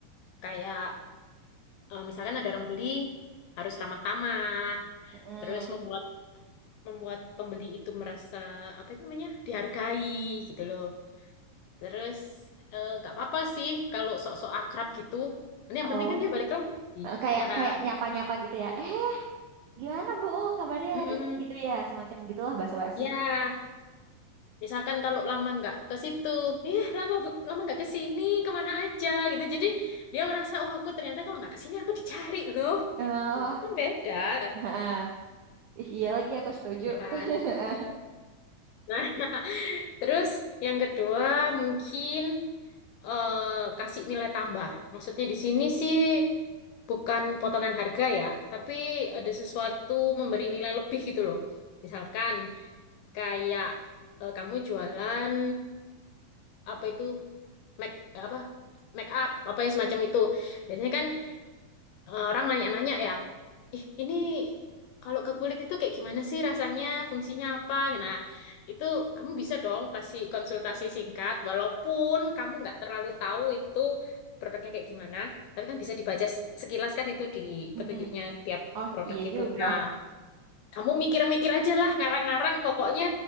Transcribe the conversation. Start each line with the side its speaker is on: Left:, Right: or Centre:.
Left: Kayak eh, misalkan ada orang beli harus ramah tamah,
Right: mm-mm.
Left: terus membuat membuat pembeli itu merasa apa itu namanya dihargai gitu loh. Terus eh, nggak apa-apa sih kalau sok-sok akrab gitu. Nanti yang
Right: Oh,
Left: penting kan dia balik lagi,
Right: eh, kayak
Left: ya kan?
Right: kayak nyapa-nyapa gitu ya. Eh, gimana Bu? Kabarnya
Left: Mm-mm.
Right: hari ini gitu ya, semacam gitulah basa-basi.
Left: Ya, misalkan kalau lama nggak ke situ, ih lama be- lama nggak ke sini, kemana aja gitu. Jadi dia merasa, oh aku ternyata kalau nggak ke sini aku dicari loh,
Right: Oh,
Left: gitu. Itu kan beda rasanya,
Right: <laughs> ah, iya lagi aku setuju.
Left: ya kan?
Right: <laughs>
Left: Nah. <laughs> Terus yang kedua mungkin eh, kasih nilai tambah. Maksudnya di sini sih bukan potongan harga ya, tapi ada sesuatu memberi nilai lebih gitu loh. Misalkan kayak eh, kamu jualan apa itu make apa make up apa ya semacam itu. Biasanya kan eh, orang nanya-nanya ya ih ini kalau ke kulit itu kayak gimana sih rasanya, fungsinya apa? Nah, itu kamu bisa dong kasih konsultasi singkat, walaupun kamu nggak terlalu tahu itu produknya kayak gimana, tapi kan bisa dibaca se- sekilas kan itu di petunjuknya
Right: Mm-mm.
Left: tiap
Right: Oh
Left: produk
Right: iya
Left: itu.
Right: gitu. juga.
Left: Nah, kamu mikir-mikir aja lah, ngarang-ngarang, pokoknya